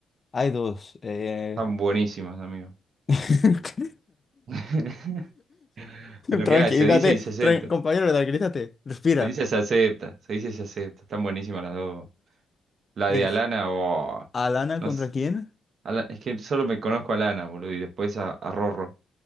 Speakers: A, on the left (about 35°); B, on the right (about 55°).
A: Hay dos. eh,
B: Están buenísimas, amigo.
A: <laughs>
B: <laughs> Es Lo
A: Tranquilízate,
B: que hay, se dice y se acepta.
A: tran- compañero, tranquilízate. Respira.
B: Se dice, se acepta. Se dice, se acepta. Están buenísimas las dos. La
A: Es
B: de Alana, oh.
A: Alana
B: No
A: contra
B: sé.
A: quién?
B: a la- es que solo me conozco a Lana, boludo, y después a, a Rorro